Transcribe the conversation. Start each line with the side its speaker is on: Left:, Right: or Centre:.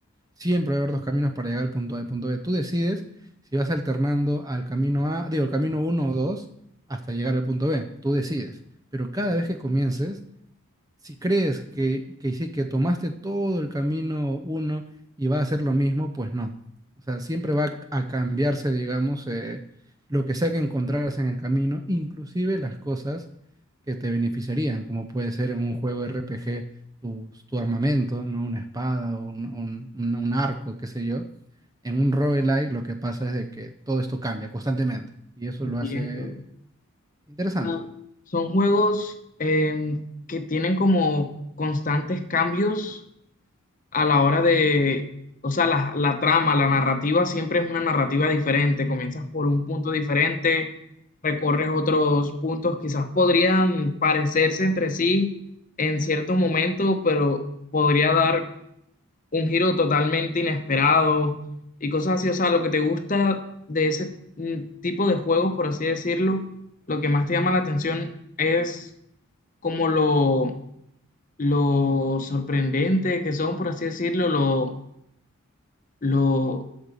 Right: Siempre va a haber dos caminos para llegar al punto A y al punto B. Tú decides si vas alternando al camino A, digo, al camino uno o 2 hasta llegar al punto B. Tú decides. Pero cada vez que comiences, si crees que, que sí, que tomaste todo el camino uno y va a ser lo mismo, pues no. O sea, siempre va a cambiarse, digamos, eh, lo que sea que encontraras en el camino, inclusive las cosas que te beneficiarían, como puede ser en un juego RPG tu, tu armamento, ¿no? Una espada o un, un- un- un arco, qué sé yo. En un roguelike lo que pasa es de que todo esto cambia constantemente y eso
Left: entiendo.
Right: lo hace interesante.
Left: O sea, son juegos em, que tienen como constantes cambios a la hora de, o sea, la, la trama, la narrativa siempre es una narrativa diferente. Comienzas por un punto diferente, recorres otros puntos, quizás podrían parecerse entre sí en cierto momento, pero podría dar un giro totalmente inesperado y cosas así. O sea, lo que te gusta de ese mm, tipo de juegos, por así decirlo, lo que más te llama la atención es como lo, lo sorprendente que son, por así decirlo, lo, lo,